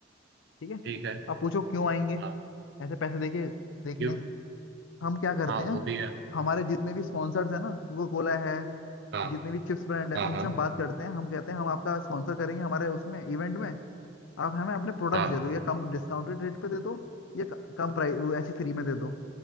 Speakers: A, on the left; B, on the right.
A: ठीक है
B: ठीक है
A: आप पूछो क्यों आएंगे
B: हाँ
A: ऐसे पैसे देके देखने
B: क्यों
A: हम क्या करते
B: हाँ वो
A: हैं
B: भी है
A: हमारे जितने भी स्पॉन्सर्स हैं ना कोको कोला है
B: हाँ
A: जितने भी चिप्स ब्रांड है
B: हाँ
A: उनसे
B: हाँ
A: हम बात करते हैं हम कहते हैं हम आपका स्पॉन्सर करेंगे हमारे उसमें इवेंट में आप हमें अपने प्रोडक्ट्स
B: हाँ
A: दे दो या कम डिस्काउंटेड रेट पे दे दो या क- कम प्राइस ऐसी फ्री में दे दो